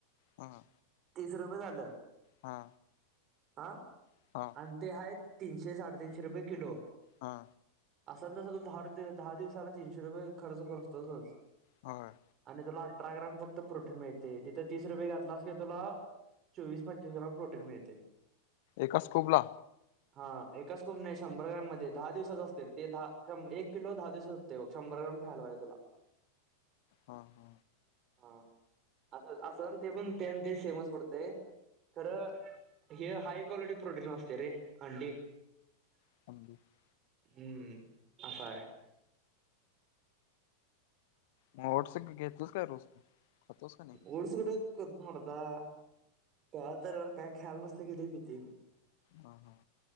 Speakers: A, on the left; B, on the right.
A: हां
B: तीस रुपये झालं.
A: हा
B: आं
A: हा
B: आनं ते आहं तीनशे साडेतीनशे रुपये किलो.
A: हा
B: असं ना तसं तू दहा र दहा दिवसाला तीनशे रुपये खर्च करतोसचं?
A: होय.
B: आणि तुला अठरा ग्राम फक्त प्रोटीन मिळतंय तिथं तीस रुपये घातलास की तुला चोवीस पंचवीस ग्राम प्रोटीन मिळतंय.
A: एका स्कोपला
B: हा एकाच स्कॉब नइ शंभर ग्रम मद्ये दहा दिवसाचं असतय रे ते दहा एक किलो दहा दिवसा ते बग शंभर ग्रॅम खायला पाईजे तुला
A: हा हा
B: हा असं असंन ते पण ते अन ते सेमच पडतय खर हे हाय क्वालिटी प्रोटीन असतय रे अंडी
A: <inaudible>
B: हू असं हाय
A: म ओट्स घेतोस काय रोज खातोस का नाही
B: ओट्स कुट मर्दा कवा तर काय खायाला नसलं कि ते पितोय मी
A: हा हा